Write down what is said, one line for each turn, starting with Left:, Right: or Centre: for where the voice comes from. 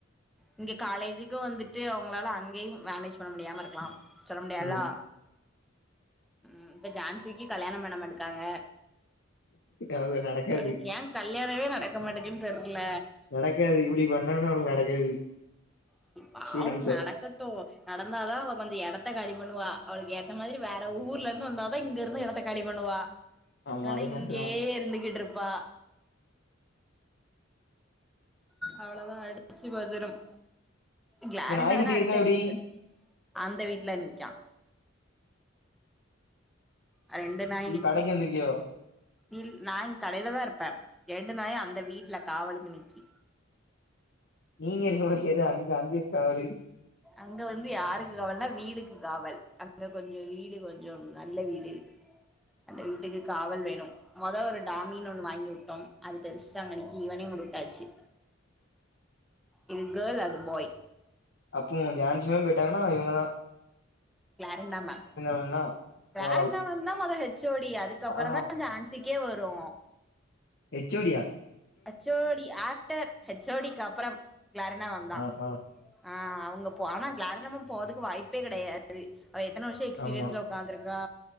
Centre: இங்க காலேஜுக்கு வந்துட்டு அவுங்ளால அங்கயும் மேனேஜ் பண்ண முடியாம இருக்லா. சொல்ல முடியா
Left: ஆமா
Centre: அல்லா. ம் இப்ப ஜான்சிக்கி கல்யாணம் பண்ணாம இடுக்காங்க.
Left: அவளுக்கு நடக்காது
Centre: அவுளுக்கு ஏ கல்யாணவே நடக்க மாட்டகன் தெர்ல.
Left: நடக்காது இப்டி பண்ணானா அவுளுக் நடக்காது.
Centre: சி பாவும்
Left: ஸ்டூடெண்ட்ஸ
Centre: நடக்கட் டு நடந்தாதா அவ கொஞ்சோ எடத்த காலி பண்ணுவா. அவுளுக்கு ஏத்த மாதிரி வேற ஊர்ல இருந்து வந்தாதா இங்க இருந்து எட த்த காலி பண்ணுவா.
Left: ஆமா
Centre: இல்லன்னா
Left: அது கரெக்ட்
Centre: இங்கியே
Left: தா
Centre: இருந்துகிட்ருப்பா. அவ்ளவுதா அடிச்சு பஜரம். கிளாரண்டாதான
Left: இந்த நாய்க்குட்டி
Centre: அடுத்த
Left: இருக்கா எப்டி
Centre: ஹெச்சு அந்த வீட்ல இஞ்ச்சா. அ ரெண்டு நாய்
Left: இது
Centre: நிக்கி.
Left: கடைக்கு வந்திருக்கியோ
Centre: இல் நா இங் கடையில தா இருப்பே. ரெண்டு நாயு அந்த வீட்ல காவலுக்கு நிக்கி.
Left: நீங்க இருக்கும் போது எது அங்க அங்கியே காவலு.
Centre: அங்க வந்து யாருக்கு காவல்னா வீடுக்கு காவல். அங்க கொஞ்சோ வீடு கொஞ்சம் நல்ல வீடு. அந்த வீட்டுக்கு காவல் வேணும். மொத ஒரு டாமின் ஒன்னு வாங்கி உட்டோம். அது பெருசா அங்க நிக்கி இவனையு கொண்டு உட்டாச்சி. இது கேள் அது பாய்.
Left: அப்போ உங் ஜான்சிமே போய்ட்டாங்கன்னா இவுங்க தா.
Centre: கிளாரண்டா மேம்,
Left: மேம் தா
Centre: கிளாரண்டா
Left: ஓவரால்
Centre: மேம் தா மொத ஹெச் ஓ டி அதுக்கப்புறந்தா
Left: ஆ
Centre: ஜான்ஸ் சிக்கே வரு.
Left: ஹெச் ஓ டி யா?
Centre: H O D after H O D க்கு அப்புறம் கிளாரண்டா மேம் தா.
Left: ஆ, ஆ.
Centre: ஆ அவுங்க போ ஆனா கிளாரண்டா மேம் போறதுக்கு வாய்ப்பே கெடையாது. அவ எத்தன வர்ஷ எக்ஸ்பீரியன்ஸ்ல
Left: ஆமா.
Centre: உ க்காந்திருக்கா.